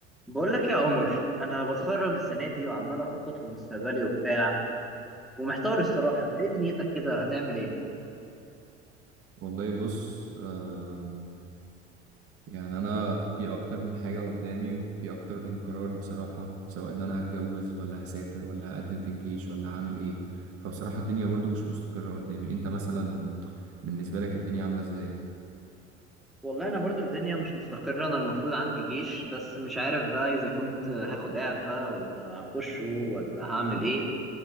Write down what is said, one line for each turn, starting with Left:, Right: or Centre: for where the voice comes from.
Centre: بقول لك يا عمر انا بتخرج السنه دي وعمال اخطط لمستقبلي وبتاع ومحتار الصراحه انت ايه دنيتك كده هتعمل ايه
Right: والله بص آه يعني أنا في أكتر من حاجة قدامي وفي أكتر من قرار بصراحة سواء إن أنا هتجوز ولا هسافر ولا هقدم في الجيش ولا هعمل إيه فبصراحة الدنيا برضو مش مستقرة قدامي أنت مثلا بالنسبة لك الدنيا عاملة إزاي؟
Centre: والله انا برضو الدنيا مش مستقره انا المفروض عندي جيش بس مش عارف بقى اذا كنت هاخد اعفاء ولا هخشه ولا هعمل ايه